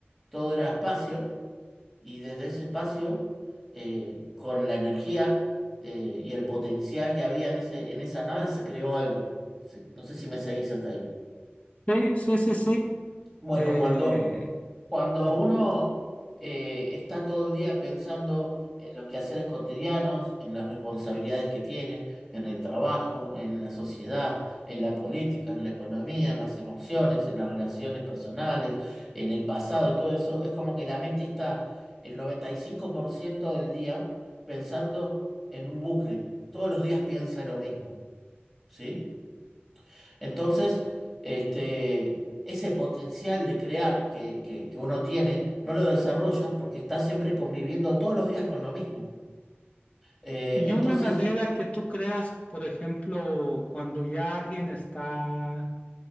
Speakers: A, in the centre; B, on the left (about 30°).
A: todo era espacio y desde ese espacio, eh, con la energía eh, y el potencial que había en ese, en esa nada, se creó algo. Se- no sé si me seguís hasta ahí.
B: Sí, sí, sí, sí.
A: Bueno,
B: Eh,
A: cuando, cuando uno eh, está todo el día pensando en los quehaceres cotidianos, en las responsabilidades que tiene, en el trabajo, en la sociedad, en la política, en la economía, en las emociones, en las relaciones personales, en el pasado y todo eso, es como que la mente está el 95% del día pensando en un bucle. Todos los días piensa lo mismo, ¿sí? Entonces, este, ese potencial de crear que, que- que uno tiene, no lo desarrolla porque está siempre conviviendo todos los días con lo mismo. Eh,
B: Y
A: entonces,
B: una manera que tú creas, por ejemplo, cuando ya alguien está